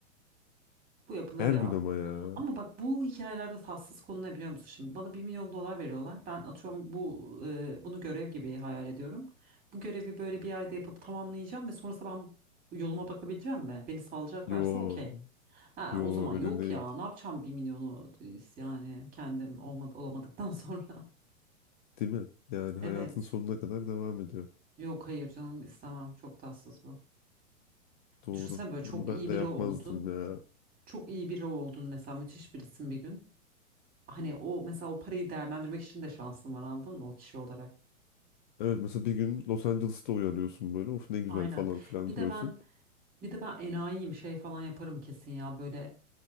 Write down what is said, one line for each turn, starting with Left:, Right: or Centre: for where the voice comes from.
Right: Bu yapılır
Left: Her
Right: ya.
Left: gün ama ya.
Right: Ama bak bu hikayelerde tatsız konu ne biliyor musun? Şimdi bana bir milyon dolar veriyorlar. Ben atıyorum bu e, bunu görev gibi hayal ediyorum. Bu görevi böyle bir ayda yapıp tamamlayacağım ve sonrasında ben yoluma bakabileceğim mi? Beni salacaklarsa
Left: Yo,
Right: okey. Ha,
Left: yo
Right: o zaman yok
Left: öyle değil.
Right: ya ne yapacağım bir milyonu yani kendim olmadı, olamadıktan sonra. <laughs>
Left: Değil mi? Yani
Right: Evet.
Left: hayatın sonuna kadar devam ediyor.
Right: Yok hayır canım istemem. Çok tatsız bu.
Left: Doğru.
Right: Düşünsen böyle çok
Left: Bunu ben
Right: iyi
Left: de
Right: biri
Left: yapmazdım
Right: oldun.
Left: ya.
Right: Çok iyi biri oldun mesela müthiş birisin bir gün. Hani o mesela o parayı değerlendirmek için de şansın var anladın mı o kişi olarak.
Left: Evet mesela bir gün Los Angeles'ta uyanıyorsun böyle. Of ne güzel
Right: Aynen.
Left: falan filan
Right: Bir
Left: diyorsun.
Right: de ben bir de ben enayiyim şey falan yaparım kesin ya böyle